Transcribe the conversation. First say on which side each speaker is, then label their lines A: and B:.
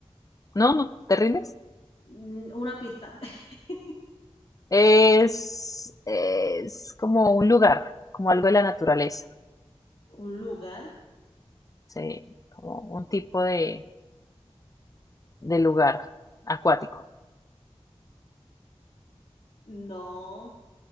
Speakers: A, on the left; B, on the left.
A: No, no, ¿te rindes?
B: Mm, Una pista. <laughs>
A: Es, es como un lugar, como algo de la naturaleza.
B: ¿Un lugar?
A: Sí, como un tipo de, de lugar acuático.
B: No,